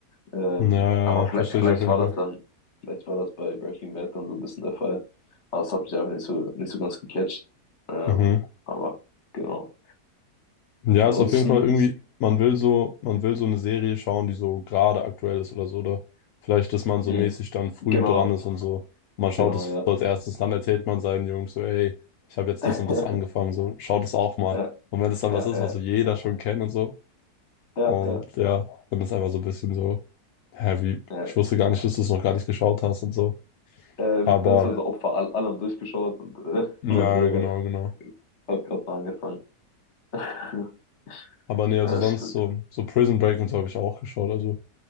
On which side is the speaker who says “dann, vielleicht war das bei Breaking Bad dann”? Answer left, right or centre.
Left